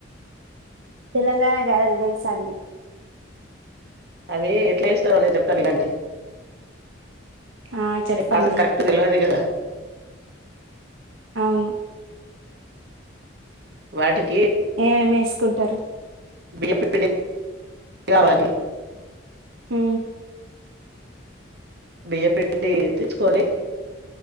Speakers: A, on the right (about 75°); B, on the right (about 55°).
A: తెలంగాణ గార తెలిసంది
B: అవి ఎట్లా ఇస్తాను నేను చెప్తాను లేదండి
A: ఆ చెప్పండి
B: మీ ప్రాసెస్ కరెక్ట్ తెలివది కదా
A: అవును
B: వాటికి
A: ఏమేమి వేసుకుంటారు
B: బిపీడి కావాలి
A: అ
B: బియ్య పిండి తెచ్చుకొని